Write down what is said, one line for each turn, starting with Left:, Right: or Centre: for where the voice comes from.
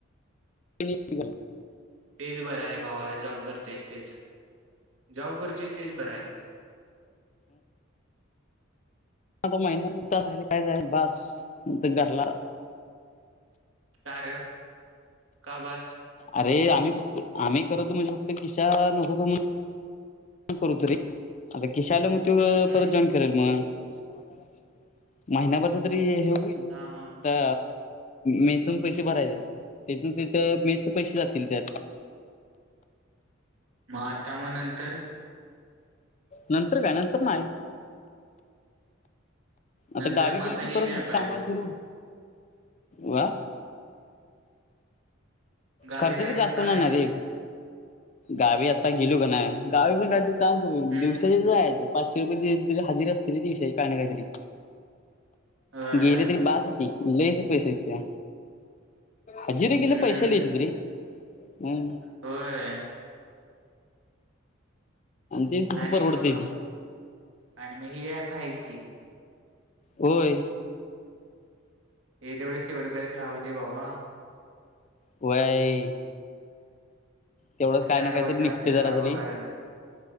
Left: त <unintelligible>
Right: तेच बरं आहे भावा. जॉब करतेस तेच, जॉब करतेस तेच बरं आहे.
Left: आता महिना सुद्धा राहिले कायचय बास घरला
Right: का रं का बास?
Left: अरे आम्ही फक्त आम्ही करतो. म्हणजे फक्त किश्या नको का म्हणून, करत होतो रे. आता किश्या आला मग तो
Right: हम्म
Left: परत जॉइन करल. मग महिन्याभरच तरी हे होईल.
Right: हा हा हा
Left: आता मेसून पैसे भरायच. तिथून तिथं मेसच पैसे जातील की त्यात,
Right: मग आता मग नंतर,
Left: नंतर काय, नंतर नाही.
Right: नंतर
Left: आता गावी
Right: मग
Left: गेले की
Right: हे
Left: परत
Right: द्या पाय
Left: कामाल
Right: बघ
Left: सुरू वा.
Right: गावी
Left: खर्चाच
Right: काय
Left: जास्त
Right: करणार
Left: ना
Right: आहेस
Left: ना रे. गावी आता गेलो का नाही. गावी पण काय तरी काम करेन.
Right: हम्म
Left: दिवसा होतय तिथ जायचं. पाचशे रुपये तरी हजेरी असते रे दिवसाची काय ना काहीतरी.
Right: होय
Left: गेले तरी बास होतय लय अस पैसे येते. हजेरी ला गेले.
Right: हम्म
Left: पैसे लय येत्यात रे. हम्
Right: होय.
Left: तेच कसं
Right: आणि
Left: परवडतय
Right: मग
Left: ती
Right: आणि मगं हे ऍप आहेच की.
Left: होय.
Right: ये तेवढे शेवटेपर्यंत राहुदे बाबा.
Left: व्हय. तेवढं
Right: मग
Left: काय
Right: चार
Left: ना काय
Right: वर्ष
Left: तरी
Right: आपल्याला
Left: निघते जरा
Right: काय बघायला
Left: तरी
Right: लागेल